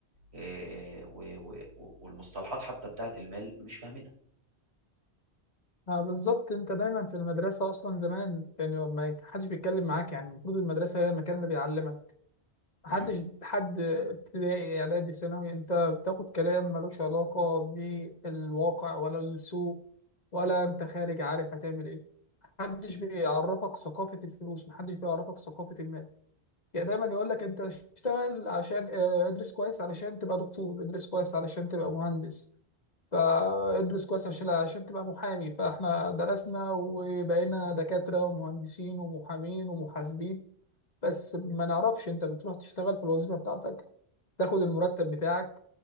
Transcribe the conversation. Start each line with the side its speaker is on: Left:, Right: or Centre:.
Right: إيه- و- و- والمصطلحات حتى بتاعت المال مش فاهمينها
Left: آه بالظبط انت دايما في المدرسه اصلا زمان يعني ما حدش بيتكلم معاك يعني المفروض المدرسه هي المكان اللي بيعلمك محدش
Right: إمم.
Left: حد ابتدائي اعدادي ثانوي انت بتاخد كلام ملوش علاقه بالواقع ولا السوق ولا انت خارج عارف هتعمل ايه محدش بيعرفك ثقافة الفلوس محدش بيعرفك ثقافة المال يعني دايما يقول لك انت اشتغل عشان اه، ادرس كويس علشان تبقى دكتور ادرس كويس علشان تبقى مهندس فادرس كويس عشان عشان تبقى محامي فاحنا درسنا وبقينا دكاترة ومهندسين ومحامين ومحاسبين بس ما نعرفش انت بتروح تشتغل في الوظيفة بتاعتك تاخد المرتب بتاعك